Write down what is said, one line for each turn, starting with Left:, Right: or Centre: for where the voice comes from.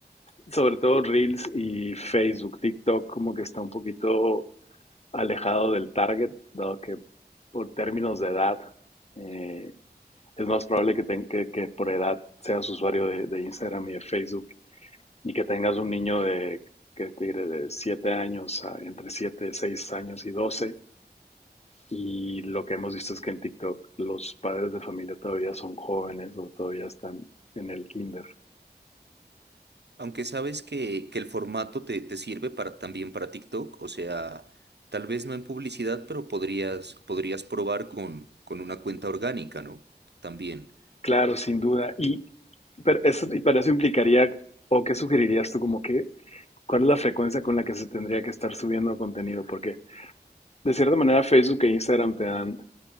Left: Sobre todo Reels y Facebook, TikTok como que está un poquito alejado del target, dado que por términos de edad eh, es más probable que, te, que, que, por edad seas usuario de, de Instagram y de Facebook y que tengas un niño de, que te diré, de 7 años, a- entre 7 seis años y doce Y lo que hemos visto es que en TikTok los padres de familia todavía son jóvenes o todavía están en el kinder.
Right: aunque sabes que, que el formato te, te sirve para, también para TikTok, o sea, tal vez no en publicidad, pero podrías, podrías probar con, con una cuenta orgánica, ¿no? También.
Left: Claro, sin duda. Y, pero eso, y para eso implicaría, o qué sugerirías tú, como que, ¿cuál es la frecuencia con la que se tendría que estar subiendo contenido? Porque de cierta manera Facebook e Instagram te dan